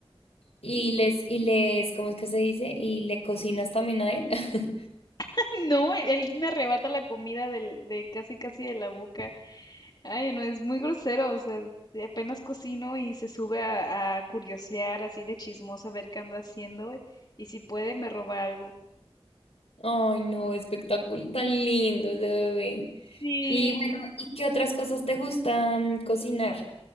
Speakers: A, on the left (about 80°); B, on the left (about 45°).
A: Y les, y les, ¿cómo es que se dice? Y le cocinas también a él. <laughs>
B: <laughs> No, él, él me arrebata la comida del, de casi casi de la boca. Ay, no, es muy grosero, o sea, de apenas cocino y se sube a, a curiosear así de chismosa a ver qué ando haciendo y, y si puede me roba algo.
A: Ay, no, espectacular, tan lindo ese bebé.
B: Sí,
A: Y bueno, ¿y qué otras cosas te gustan cocinar?